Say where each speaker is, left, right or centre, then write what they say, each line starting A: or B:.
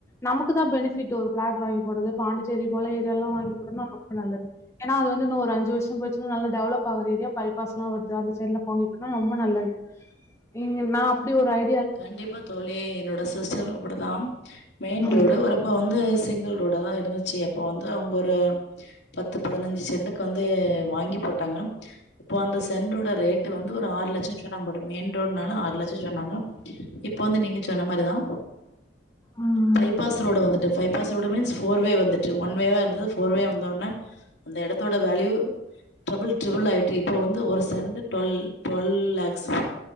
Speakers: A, on the left; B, on the left.
A: நமக்கு தா பெனிஃபிட் ஒரு பிளாட் வாங்கி போடுறது பாண்டிச்சேரி போல ஏரியாலல்லா வாங்கி போட்டம்னா ரொம்ப நல்லது ஏன்னா அது வந்து இன்ன ஒரு அஞ்சி வருஷோ போயிடுச்சினா நல்ல டெவலப் ஆகற ஏரியா பை பாஸ்லா வருது அந்த சைடுலா வாங்கி போட்டன்னா ரொம்ப நல்லது இங்க நா அப்டி ஒரு ஐ
B: கண்டிப்பா தோழி என்னோட சிஸ்டரு அப்டிதா மெயின்
A: ம்
B: ரோடு ஒருப்ப வந்து சிங் கிள்ரோடாதா இருந்துச்சு அப்ப வந்து அவங்க ஒரு பத்து பதினஞ்சு செண்டுக்கு வந் து வாங்கி போட்டாங்க அப்போ அந்த சென்டோட ரேட்டு வந்து ஒரு ஆறு லட்சோ சொன்னாங்க பட் மெயின் ரோட்னால ஆறு லட்சோ சொன்னாங்க இப்ப வந்து நீங்க சொன்ன மாரிதா
A: ம்.
B: பைபாஸ் ரோடு வந்து ட்டு bypass road means four way வந்துட்டு ஒன்வேவா இருந்தது போர்வே வந் த ஒன்ன அந்த இடத்தோட வேல்யூ டபிள் ட்ரிபிள் ஆயிட்டு இப்ப வந்து ஒரு சென்ட் டுவெல் டுவெல் லேக்ஸ்